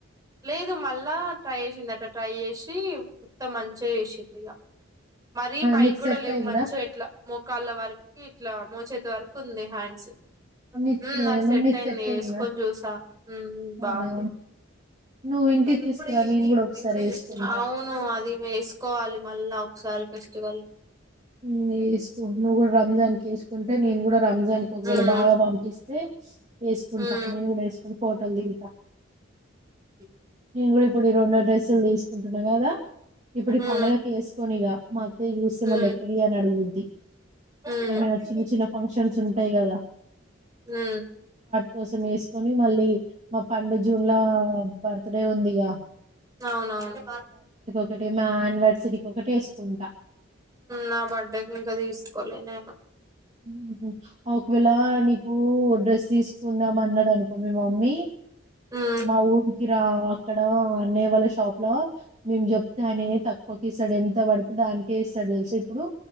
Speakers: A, on the right; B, on the right.
A: లేదు మళ్ళా ట్రై సిందట ట్రై జేసీ అంత మంచిగా వేసింది ఇక మరీ పైకి
B: నీకు
A: కూడా
B: సెట్
A: లేవు
B: అయిందా
A: మంచిగా ఎట్లా మోకాళ్ళ వర్కీ ఇట్లా మోచేతి వర్కున్దీ హ్యాండ్స్
B: నీ
A: ఊఁ నాక్
B: ఏమన్నా
A: సెట్
B: నీకు
A: ఐన్దీ యేస్
B: అయిందా
A: కోన్ జూసా ఊఁ ఊఁ
B: అవునా
A: బావుంది
B: నువ్వు ఇంటికి
A: అవి
B: తీసుకురా
A: గూడ యెయ్యి
B: నేను కూడా ఒకసారి
A: నేన్ గుడ
B: వేసుకుంటా
A: ఔను అది వేస్ కోవాలి మళ్ళా ఒకసారి ఫెస్టివల్
B: ఊఁ ఏసుకో నువ్ గుడ రంజాన్ కేస్ కుంటే నేన్గుడ రంజాన్కి ఒకవేళ
A: ఉమ్
B: బావ పంపిస్తే ఏస్కుంటా
A: ఉమ్
B: నేన్గుడ ఏస్కొని ఫోటోలు దిగుతా
A: మ్మ్
B: నేన్గుడ్ ఇప్పుడ్ ఈ రెండో డ్రెస్సులు దీసుకుంటున్నా గదా ఇప్పుడు ఈ
A: ఉమ్
B: పండగ ఏస్కోన్ ఇగ మా అత్తయ్య చూస్తే
A: ఉమ్
B: మల్లెక్కడివీ అని అడుగుద్ది
A: ఉమ్
B: ఏమైన చిన్న చిన్న ఫంక్షన్స్ ఉన్ టై గదా
A: ఊఁ
B: కోసం ఏస్కోని మళ్ళీ మా పండు జూన్లో బర్త్ బర్తడే ఉందిగా
A: ఔనవును
B: ఒకటే మా ఆన్వర్సరి కొకటేస్కుంటా
A: నా బర్త్డేకి ఇంకా తీసుకోవలే నేను
B: మ్మ్ అ ఒకవేళ నీకు డ్రెస్ తీసుకుందాం అన్నదనుకో మీ మమ్మీ
A: ఉమ్
B: మా ఊరు రా అక్కడ అన్నయ్య వాళ్ళ షాప్ లో మేము చెప్తే అని తక్కువకి ఇస్తాడు ఎంత పడితే దానికే ఇస్తాడు తెలుసా ఇప్పుడు